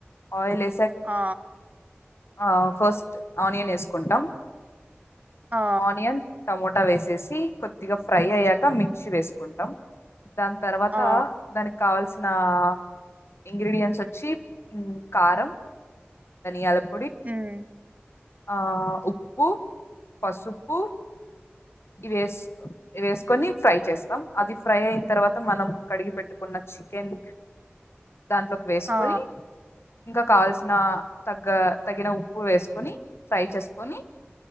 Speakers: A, on the left; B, on the right.
A: ఆయిల్ వే
B: ఆ
A: ఆ ఫస్ట్ ఆనియన్ వేసుకుంటాం
B: ఆ
A: ఆనియన్ టమోటా వేసేసి కొద్దిగా ఫ్రై అయ్యాక మిక్సీ వేసుకుంటాం దాని తర్వాత
B: ఆ
A: దానికి కావాల్సిన ఆ ఇంగ్రేడియంట్స్ ఉమ్ వచ్చి కారం యాలక్
B: ఉమ్
A: ఆ ఉప్పు పసుపు వేస్ వేసుకొని ఫ్రై చేస్తాం అది ఫ్రై అయిన తర్వాత మనం కడిగి పెట్టుకున్న చికెన్ దాంట్లోకి వేసుకొని
B: ఆ
A: ఇంకా కావల్సిన తగ్గ తగిన ఉప్పు వేసుకొని ఫ్రై చేసుకొని